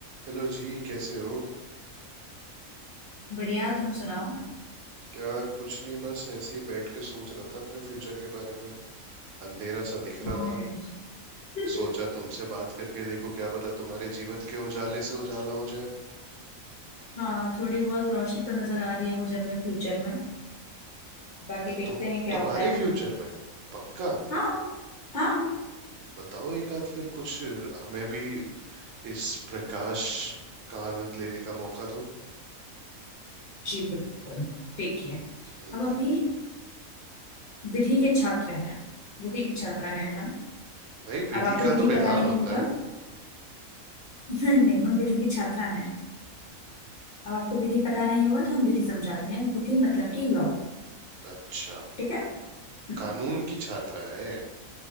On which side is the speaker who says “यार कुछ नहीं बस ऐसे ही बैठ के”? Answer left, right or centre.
Right